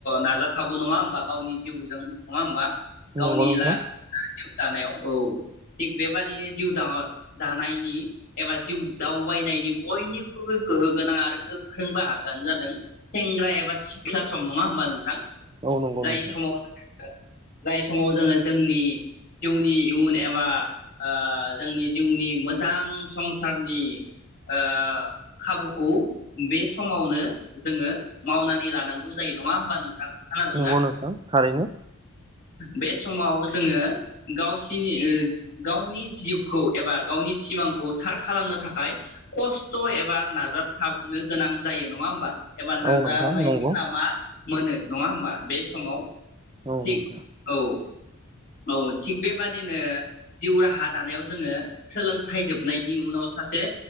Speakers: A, on the left; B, on the right.
A: नाजाथाबो नङा होमबा गावनि जिउजों नङा होमबा? गावनि
B: नंगौ नोंथां
A: ला दानायाव, औ थिग बेबादिनो जिउ दा दानायनि एबा जिउ दावबायनायनि बयनिख्रुइबो गोहो गोनां आरो गो गोख्रों बाहागानो जादों सेंग्रा एबा सिख्ला सम नङा होमबा नोंथां?
B: औ नंगौ
A: जाय
B: नोंथां
A: समाव जाय समाव जोङो जोंनि जिउनि इयुन एबा ओ जोंनि जिउनि मोजां संसारनि ओ खाबुखौ बे समावनो जोङो मावनानै लानांगौ जायो नङा होमबा नोंथां। खोनादोंना
B: नंगौ नोंथां थारैनो।
A: बे समाव जोङो गावसिनि गावनि जिउखौ एबा गावनि सिमांखौ थार खालामनो थाखाय खस्थ एबा नाजाबथाब। नो गोनां जायो नङा होमबा एबा नाजानायनि
B: औ नोंथां नंगौ
A: नामा मोनो नङा होमबा बे समाव
B: औ
A: थिग
B: नोंथां
A: औ औ थिग बेबादिनो जिउ राहा दानायाव जोङो सोलोंथाइ जोबनायनि उनाव सासे